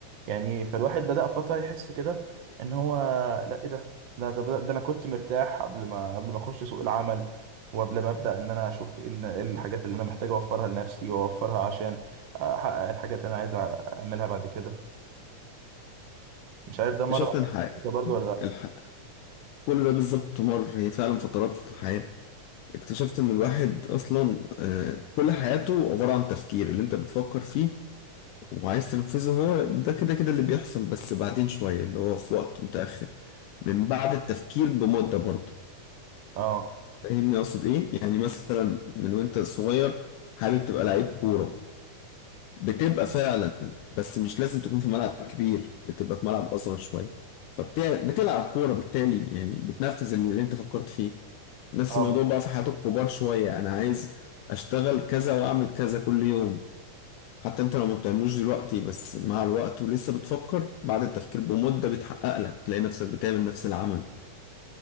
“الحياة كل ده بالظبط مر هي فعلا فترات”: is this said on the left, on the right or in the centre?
Left